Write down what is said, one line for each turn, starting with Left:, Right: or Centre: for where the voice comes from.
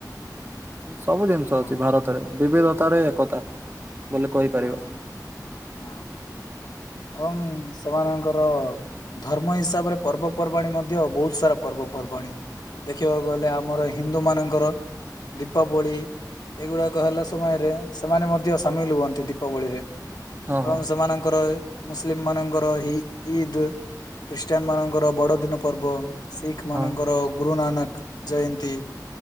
Right: ସବୁ ଜିନିଷ
Left: ହଁ
Right: ଅଛି ଭାରତରେ ବିବିଧତାରେ ଏକତା। ବୋଲି କହିପାରିବା
Left: ହଁ ହଁ ଏବଂ ସେମାନଙ୍କର ଧର୍ମ ହିସାବରେ ପର୍ବପର୍ବାଣୀ, ମଧ୍ୟ ବହୁତ ସାରା ପର୍ବପର୍ବାଣୀ। ଦେଖିବାକୁ ଗଲେ ଆମର ହିନ୍ଦୁମାନଙ୍କର ଦୀପାବଳି ଏଗୁଡ଼ାକ ହେଲା ସମୟରେ ସେମାନେ ମଧ୍ୟ ସାମିଲି ହୁଅନ୍ତି। ଦୀପାବଳିରେ
Right: ହଁ
Left: ଏବଂ
Right: ହଁ।
Left: ସେମାନଙ୍କର ମୁସିଲିମ ମାନଙ୍କର ଇଦ୍ ଇଦି, ଖ୍ରୀଷ୍ଟିୟାନ ମାନଙ୍କର ବଡ଼ଦିନ ପର୍ବ। ଶିଖି ମାନଙ୍କର
Right: ହଁ।
Left: ଗୁରୁ ନାନକଜୟନ୍ତୀ,